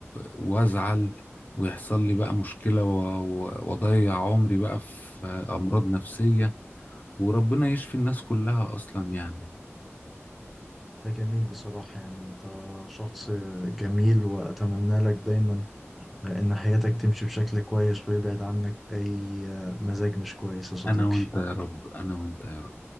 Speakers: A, on the left; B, in the centre.
A: وازعل ويحصل لي بقى مشكلة و- و- واضيع عمري بقى في امراض نفسية وربنا يشفي الناس كلها اصلا يعني
B: ده جميل بصراحة يعني انت شخص جميل واتمنى لك دايما ان حياتك تمشي بشكل كويس ويبعد عنك اي مزاج مش كويس يا صديقي
A: انا وانت يا رب انا وانت يا رب